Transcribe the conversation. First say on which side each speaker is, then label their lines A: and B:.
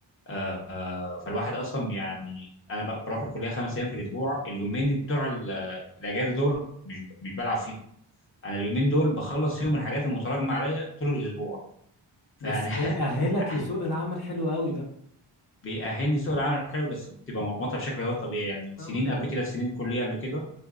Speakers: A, on the left (about 30°); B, on the left (about 55°).
A: آه، آه، فالواحد اصلا يعني انا ب- بروح الكليه خمس ايام في الاسبوع اليومين بتوع ال- الاجازه دول مش مش بلعب فيهم انا اليومين دول بخلص فيهم الحاجات المتراكمه عليا طول الاسبوع فيعني
B: بس ده يأهلك
A: <laughs>
B: لسوق العمل حلو قوي ده
A: بيأهلني سوق العمل الحلو بس بتبقى مرمطه بشكل غير طبيعي يعني
B: طبيعي
A: سنين قبل كده سنين الكليه قبل كده